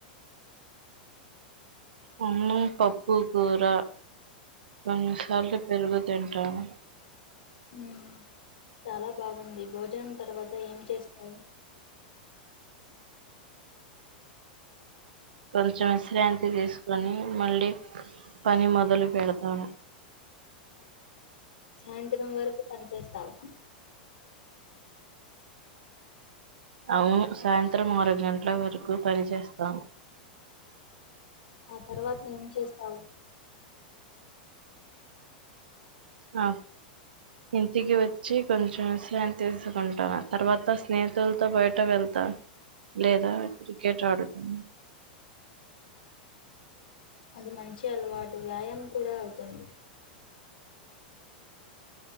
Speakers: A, on the right (about 90°); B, on the left (about 80°).
A: అన్నం పప్పు కూర కొన్నిసార్లు పెరుగు తింటాను.
B: ఉమ్ చాలా బాగుంది. భోజనం తర్వాత ఏం చేస్. ఉమ్
A: కొంచెమిశ్రాంతి దీస్కొని మళ్ళి పని మొదలు పెడతాను.
B: సాయంత్రం వరకు పని చేస్తావా.
A: ఔను సాయంత్రం ఆరుగంట్ల వరకు పని చేస్తాను.
B: ఆ తర్వాత ఏం చేస్తావు.
A: ఆ ఇంటికి వచ్చి కొంచెం యిశ్రాంతి తీసుకుంటాను తర్వాత స్నేహితుల్తో బయట వెళ్తాను లేదా క్రికెట్ ఆడుతాను.
B: అది మంచి అలువా. వ్యాయామ్ కూడా ఔతుంది.